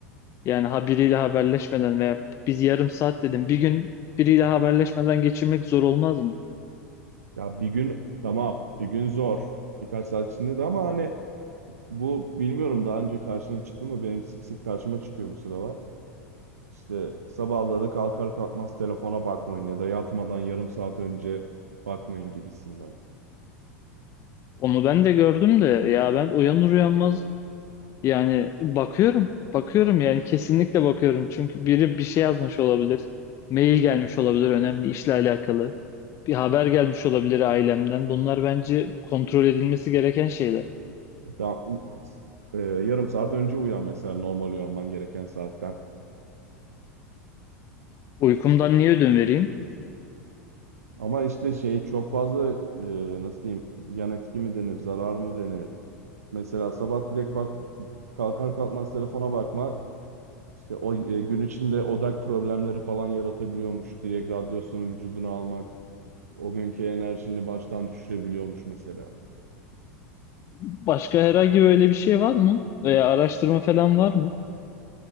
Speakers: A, on the left (about 35°); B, on the right (about 80°).
A: Yani ha biriyle haberleşmeden veya biz yarım saat dedim. Bir gün biriyle haberleşmeden geçirmek zor olmaz mı?
B: Ya bir gün tamam, bir gün zor. Birkaç saat içinde de ama hani bu bilmiyorum daha önce karşına çıktı mı? Benim sık sık karşıma çıkıyor bu sıralar. İşte sabahları kalkar kalkmaz telefona bakmayın ya da yatmadan yarım saat önce bakmayın gibisinden.
A: Onu ben de gördüm de ya ben uyanır uyanmaz yani bakıyorum. Bakıyorum yani kesinlikle bakıyorum. Çünkü biri bir şey yazmış olabilir. Mail gelmiş olabilir önemli işle alakalı. Bir haber gelmiş olabilir ailemden. Bunlar bence kontrol edilmesi gereken şeyler.
B: E Tamam, u- e, yarım saat önce uyan mesela normal uyanman gereken saatten.
A: Uykumdan niye ödün vereyim?
B: Ama işte şey çok fazla e, nasıl diyeyim yan etki mi denir, zarar mı denir? Mesela sabah direkt bak kalkar kalkmaz telefona bakmak İşte o e, gün içinde odak problemleri falan yaratabiliyormuş. Direkt radyosunu vücuduna almak o günkü enerjini baştan düşürebiliyormuş mesela.
A: Başka herhangi böyle bir şey var mı? Veya araştırma falan var mı?